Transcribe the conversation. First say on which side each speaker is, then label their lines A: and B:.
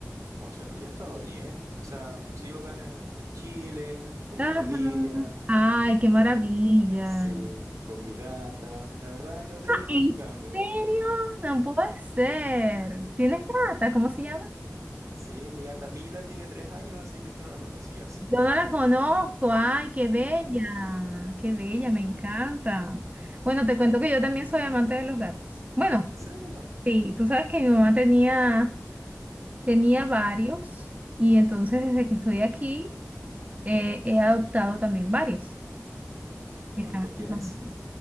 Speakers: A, on the right; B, on the right.
A: O sea, yo he estado bien. O sea, sigo acá en, el- en Chile, con
B: Ajá.
A: mi familia,
B: Ay, qué maravilla.
A: con, sí, con mi gata. La verdad, no tenía mucho
B: ¿En
A: cambio.
B: serio? No puede ser. ¿Tienes gata? ¿Cómo se llama?
A: Sí, mi gata Mila tiene tres años, así que tú no la conocías.
B: Yo no la conozco. Ay, qué bella.
A: Claro.
B: Qué bella, me encanta.
A: Mm.
B: Bueno, te cuento que yo también soy amante de los gatos. Bueno,
A: ¿En serio?
B: sí, tú sabes que mi mamá tenía, tenía varios y entonces desde que estoy aquí eh, he adoptado también varios
A: ¿Y
B: que
A: cuántos
B: están aquí
A: tienes?
B: conmigo.